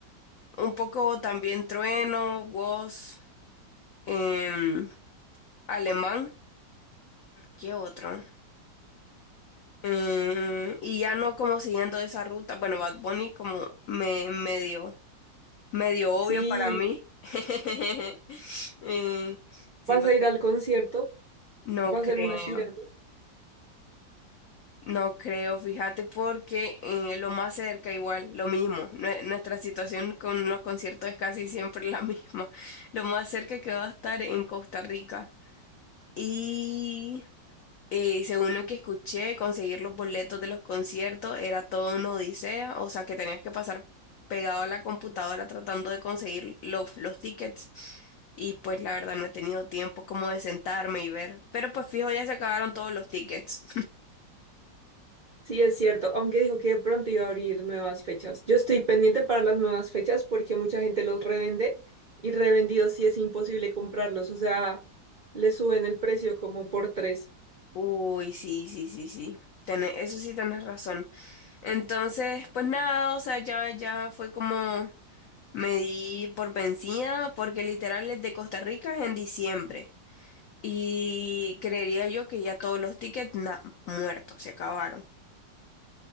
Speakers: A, on the left; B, on the right.
A: un poco también Trueno, Woz, em, Alemán, ¿qué otro? Mm, y ya no como siguiendo esa ruta. Bueno, Bad Bunny como me medio, medio obvio
B: Sí,
A: para mí. <laughs> Eh, sí,
B: vas
A: va
B: a
A: a ser.
B: ir al concierto,
A: No
B: va
A: creo,
B: a ser una gira.
A: no creo, fíjate, porque eh, lo más cerca igual, lo mismo. Nue- nuestra situación con los conciertos es casi siempre <laughs> la misma. Lo más cerca que va a estar en Costa Rica. y Eh, según lo que escuché, conseguir los boletos de los conciertos era toda una odisea, o sea que tenías que pasar pegado a la computadora tratando de conseguir los, los tickets. Y pues la verdad no he tenido tiempo como de sentarme y ver. Pero pues fijo, ya se acabaron todos los tickets.
B: Sí, es cierto, aunque dijo que de pronto iba a abrir nuevas fechas. Yo estoy pendiente para las nuevas fechas porque mucha gente los revende y revendidos sí es imposible comprarlos, o sea, le suben el precio como por tres.
A: <laughs> Uy, sí, sí, sí, sí. Tené- eso sí tenés razón. Entonces, pues nada, o sea, ya, ya fue como me di por vencida, porque literal el de Costa Rica es en diciembre. Y creería yo que ya todos los tickets na- muertos, se acabaron.